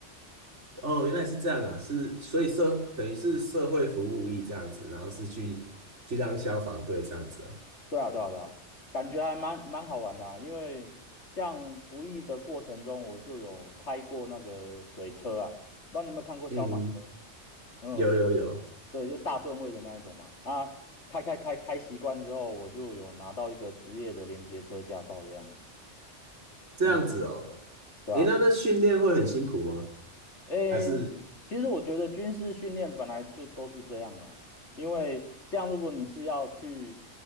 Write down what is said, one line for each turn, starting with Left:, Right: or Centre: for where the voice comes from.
Right: 哦，原来是这样啊，是，所以社，等于是社会服务役这样子，然后是去去当消防队这样子啊。
Left: 对啊，对啊，对啊，感觉还蛮蛮好玩的啊因为像服役的过程中，我就有开过那个水车啊，不知道你有没有看过消防车？
Right: 嗯，
Left: 嗯。
Right: 有有有，
Left: 对，就大吨位的那一种嘛。啊，开开开开习惯之后，我就有拿到一个职业的连接车驾照，这样。
Right: 这样子哦。
Left: 嗯，对吧？
Right: 诶，那那训练会很辛苦吗？
Left: 诶，
Right: 还是
Left: 其实我觉得军事训练本来就都是这样啊，因为像如果你是要去，